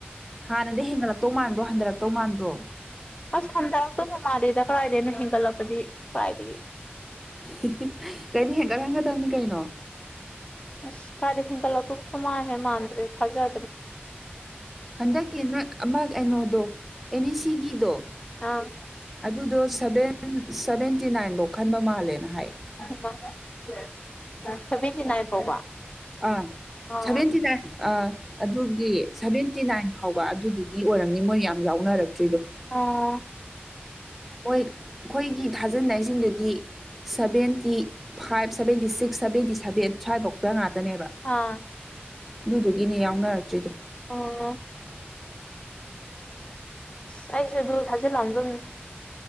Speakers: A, in the centre; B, on the left.
A: ꯍꯥꯟꯅꯗꯩ ꯍꯦꯟꯒꯠꯂꯛꯇꯧ ꯃꯥꯟꯕ꯭ꯔꯣ ꯍꯟꯗꯔꯛꯇꯧ ꯃꯥꯟꯕ꯭ꯔꯣ
B: ꯑꯁ ꯍꯟꯊꯔꯛꯇꯧꯕ ꯃꯥꯜꯂꯦꯗ ꯀꯔꯥꯏꯗꯩꯅꯣ ꯍꯦꯟꯒꯠꯂꯛꯄꯗꯤ ꯀꯔꯥꯏꯗꯒꯤ
A: ꯍꯤ ꯍꯤ ꯀꯩꯅꯣ ꯍꯦꯟꯒꯠ ꯍꯟꯒꯗꯕꯅꯤ ꯀꯩꯅꯣ
B: ꯑꯁ ꯀꯥꯏꯗꯩ ꯍꯦꯟꯒꯠꯂꯛꯇꯧꯕꯨ ꯁꯨꯃꯥꯟ ꯍꯦꯛ ꯃꯥꯟꯗ꯭ꯔꯦ ꯊꯥꯖꯗ꯭ꯔꯦ
A: ꯍꯟꯗꯛꯀꯤ ꯅꯣꯏ ꯑꯃ ꯑꯩꯅꯣꯗꯣ ꯑꯦꯅꯤꯁꯤꯒꯤꯗꯣ
B: ꯑꯥ
A: ꯑꯗꯨꯗꯣ ꯁꯚꯦꯟ ꯁꯚꯦꯟꯇꯤ ꯅꯥꯏꯟ ꯕꯧ ꯈꯟꯕ ꯃꯥꯜꯂꯦꯅ ꯍꯥꯏꯌꯦ
B: <unintelligible> ꯁꯚꯦꯟꯇꯤ ꯅꯥꯏꯟ ꯐꯥꯎꯕ
A: ꯑꯥ
B: ꯑꯥ
A: ꯁꯚꯦꯟꯇꯤꯅꯥꯏꯟ ꯑꯥ ꯑꯗꯨꯒꯤ ꯁꯚꯦꯟꯇꯤ ꯅꯥꯏꯟ ꯐꯥꯎꯕ ꯑꯗꯨꯗꯨꯒꯤ ꯑꯣꯏꯔꯝꯅꯤ ꯃꯣꯏ ꯌꯥꯝ ꯌꯥꯎꯅꯔꯛꯇ꯭ꯔꯤꯗꯣ
B: ꯑꯣ
A: ꯍꯣꯏ ꯑꯩꯈꯣꯏꯒꯤ ꯊꯥꯖꯤꯟꯅꯩ ꯁꯤꯡꯗꯨꯗꯤ seventy five seventy six seventy seven ꯁ꯭ꯋꯥꯏꯕꯥꯎꯇ ꯉꯥꯛꯇꯅꯦꯕ
B: ꯑꯥ
A: ꯑꯗꯨꯗꯨꯒꯤꯅꯦ ꯌꯥꯎꯅꯔꯛꯇ꯭ꯔꯤꯗꯣ
B: ꯑꯣ ꯑꯁ ꯑꯩꯁꯦ ꯑꯗꯨ ꯊꯥꯖꯤꯜꯂꯝꯗꯨꯝꯅꯤ